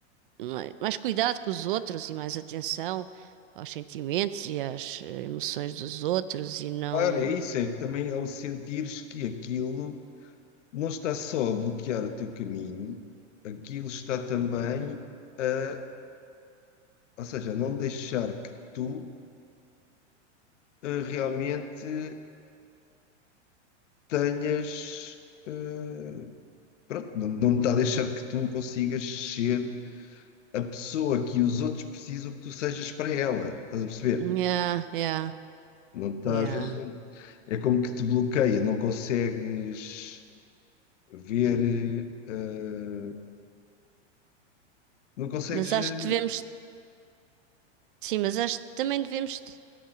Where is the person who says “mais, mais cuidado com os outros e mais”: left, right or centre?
Right